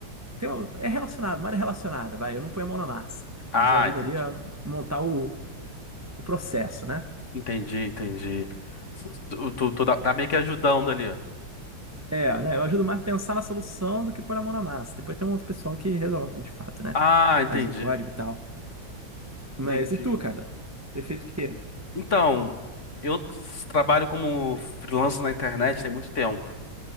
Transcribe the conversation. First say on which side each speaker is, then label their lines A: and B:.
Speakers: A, on the right (about 20°); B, on the left (about 40°).
A: tenho, é relacionado, uma área relacionada, vai. Eu não ponho a mão na massa, mas
B: Ah,
A: eu ajudo
B: entendi.
A: ali a montar o, o processo, né?
B: Entendi, entendi. Tu, tu, tu tá tá meio que ajudando ali.
A: É, né? Eu ajudo mais a pensar na solução do que pôr a mão na massa. Depois tem um outro pessoal que resolve, de fato, né?
B: Ah, entendi.
A: Faz o código e tal. Mas
B: Entendi.
A: e tu, cara? Ter feito o quê?
B: Então, eu s- trabalho como freelancer na internet tem muito tempo.